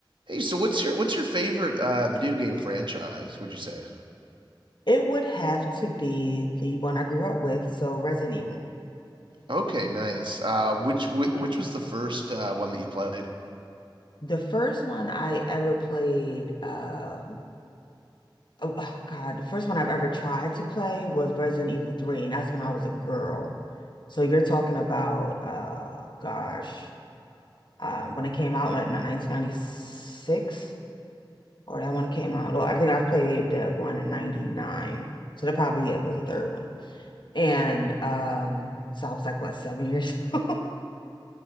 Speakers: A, on the right; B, on the left.
A: Hey, so what's your what's your favorite uh, video game franchise, would you say?
B: It would have to be the one I grew up with, so Resident Evil.
A: Okay, nice. Uh, which wh which
B: <laughs>
A: was the first uh, one that you played?
B: The first one I ever played, um, oh, oh, God, the first one I've ever tried to play was Resident Evil 3, and that's when I was a girl. So you're talking about, uh, gosh, uh, when it came out in 1996, or that one came out. Well, I think I've played the one in 99. So that probably it was the third one. And um, so I was like, what, seven years <laughs> old?